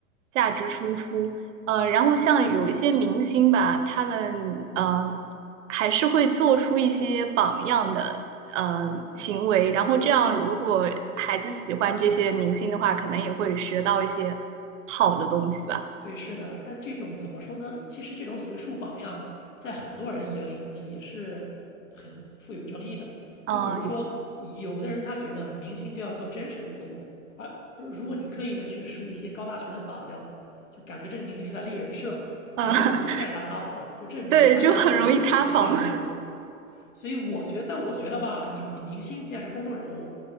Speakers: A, on the right; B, on the left.
A: 价值输出。呃，然后像有一些明星吧，他们呃还是会做出一些榜样的。呃行为，然后这样如果孩子喜欢这些明星的话，可能也会学到一些好的东西吧。
B: 对，是的，但这种怎么说呢？其实这种所谓树榜样，在很多人眼里可能也是很富有争议的。
A: 嗯、
B: 就比如说，
A: 呃
B: 有的人他觉得明星就要做真实的自我，而如果你刻意的去树一些高大全的榜样，就感觉这个明星是在立人设，
A: 嗯，
B: 别人就会期待他塌房。
A: <laughs>
B: 就这种心态其实也也很有意思。
A: 对，就很容易塌房。<laughs>
B: 所以我觉得，但我觉得吧，你你明星既然是公众人物，